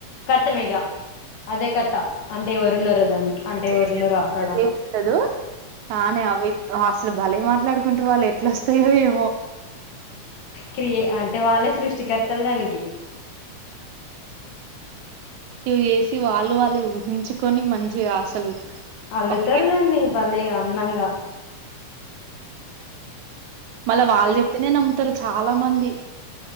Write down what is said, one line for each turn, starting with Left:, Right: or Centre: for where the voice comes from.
Left: ఖతం ఇగ అదే కథ అంటే ఎరున్నారో దానికి అంటే
Right: చేసినట్టు
Left: ఎవరున్నారో అక్కడ
Right: ఏం ఉండదు కానీ అవి వాస్ అసలు భలే మాట్లాడుకుంటారు వాళ్ళు ఎట్లా వస్తాయో ఏమో
Left: క్రియ అంటే వాళ్ళే సృష్టికర్తలు దానికి
Right: వేసి వాళ్ళు వాళ్లే ఊహించుకొని మంచిగా అసలు
Left: అల్లుతారు
Right: ఒక
Left: దాన్ని భలేగా అందంగా
Right: మళ్ళా వాళ్ళు చెప్పిందే నమ్ముతారు చాలా మంది